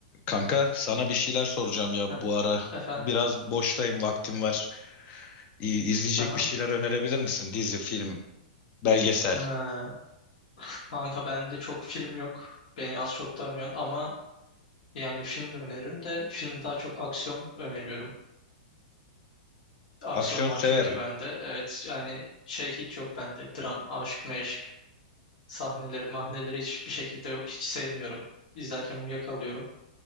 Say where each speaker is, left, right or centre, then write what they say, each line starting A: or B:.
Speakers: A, on the left; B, on the left.
A: Kanka sana bir şeyler soracağım ya
B: Heh,
A: bu ara.
B: efendim.
A: Biraz boştayım, vaktim var. İyi, izleyecek
B: Aha.
A: bir şeyler önerebilir misin? Dizi, film, belgesel.
B: Ha, kanka bende çok film yok. Beni az çok tanıyorsun ama yani film de öneririm de film daha çok aksiyon öneriyorum. Aksiyon
A: Aksiyon
B: var
A: severim.
B: çünkü bende. Evet yani şey hiç yok bende. Dram, aşk, meşk sahneleri, mahneleri hiçbir şekilde yok. Hiç sevmiyorum. İzlerken uyuyakalıyorum.